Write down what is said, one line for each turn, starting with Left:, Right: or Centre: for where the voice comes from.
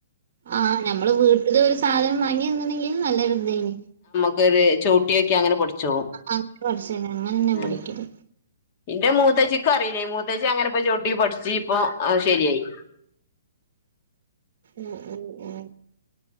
Right: ആഹ് ഞമ്മള് വീട്ടില് ഒരു സാധനം വാങ്ങി നിന്നണ്ടെങ്കിൽ നല്ലൊരു ഇതായിന്
Left: <unintelligible> ചവിട്ടോക്ക അങ്ങനെ പഠി ച്ചോ
Right: അങ്ങനെ പഠിച്ചേനെ അങ്ങനെ തന്നെ
Left: ഏ
Right: പഠിക്കല്
Left: ഇന്റെ മൂത്തച്ചിക്കറി മൂത്തച്ചി അങ്ങനെപ്പ ചോട്ടി പഠിച്ചു ഇപ്പൊ ശരിയായി
Right: ഓ ഓ ഓ